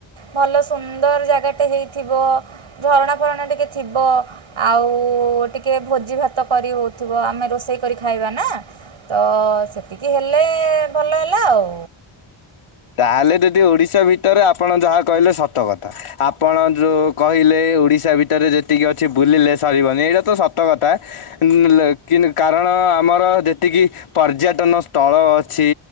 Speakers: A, on the right (about 70°); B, on the left (about 85°).
A: ଭଲ ସୁନ୍ଦର ଜାଗାଟେ ହେଇଥିବ ଝରଣା ଫରଣା ଟିକେ ଥିବ। ଆଉ ଟିକେ ଭୋଜି ଭାତ କରି ହଉଥୁବ ଆମେ ରୋଷେଇ କରି ଖାଇବା ନା। ତ ସେତିକି ହେଲେ ଭଲ ହେଲା ଆଉ।
B: ତାହେଲେ ଯଦି ଓଡିଶା ଭିତରେ ଆପଣ ଯାହା କହିଲେ ସତ କଥା ଆପଣ ଯୋଉ କହିଲେ ଓଡିଶା ଭିତରେ ଯେତିକି ଅଛି ବୁଲିଲେ ସରିବନି ଏଇଟା ତ ସତ କଥା। ଉଁ ଲେକିନ୍ କାରଣ ଆମର ଯେତିକି ପର୍ଯ୍ୟଟନ ସ୍ଥଳ ଅଛି